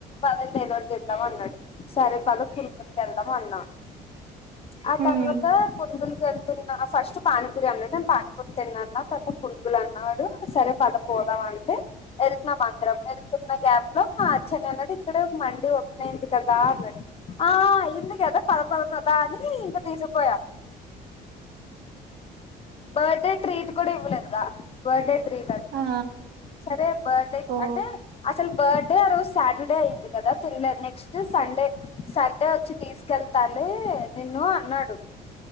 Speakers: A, on the left; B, on the right.
A: పదండి ఏదోకటిచేద్దాం అన్నడు సరే పద <unintelligible> పట్కెళ్దాం అన్నా ఆ
B: హ్మ్
A: తర్వాత పునుగుల్కెతే ఫస్ట్ పానీపూరి అన్నాడు నేను పానీపూరి తిన్నాన్న తర్త పునుగులన్నాడు సరే పద పోదాం అంటే వెళ్తున్నాం అంద్రం వెళ్తున్న గ్యాప్ లో మా అచ్చన్నెయ్యన్నడు ఇక్కడ మండి ఓపెన్ అయింది కదా అన్నడు ఆ అయింది కదా పద పదపదా అని ఇంక తీసుక్పోయా బర్డే ట్రీట్ కూడా ఇవ్వలేదుగా బర్డే ట్రీట్ అని
B: ఆ
A: <inaudible> సరే బర్డే
B: ఓ
A: అంటే అసలు బర్డే ఆ రోజు సాటర్డే అయింది కదా తిన్లేదు నెక్స్ట్ సండే సండే ఒచ్చి తీస్కెళ్తాలే నిన్ను అన్నాడు